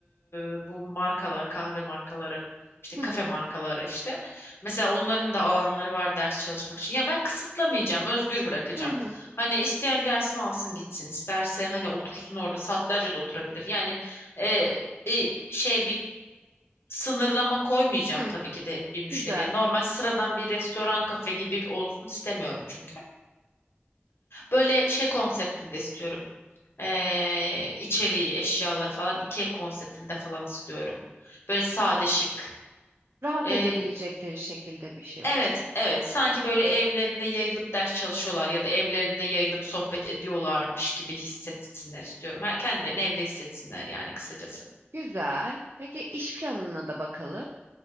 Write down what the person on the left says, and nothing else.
e, bu markalar, kahve markaları, işte
kafe markaları işte. Mesela onların da alanları var ders çalışmak için. Ya ben kısıtlamayacağım, özgür bırakacağım.
Hani isteyen gelsin alsın gitsin. İsterse hani otursun orada saatlerce de oturabilir. Yani e, bir şey bir sınırlama koymayacağım
tabii ki de bir müşteriye.
Normal sıradan bir restoran kafe gibi olsun istemiyorum çünkü. Böyle şey konseptinde istiyorum. Ee, içeriği, eşyaları falan IKEA konseptinde falan istiyorum. Böyle sade şık.
Ee,
evet,
evet. Sanki böyle evlerinde yayılıp ders çalışıyorlar ya da evlerinde yayılıp sohbet ediyorlarmış gibi hissetsinler istiyorum. Ha, Kendilerini evde hissetsinler yani kısacası.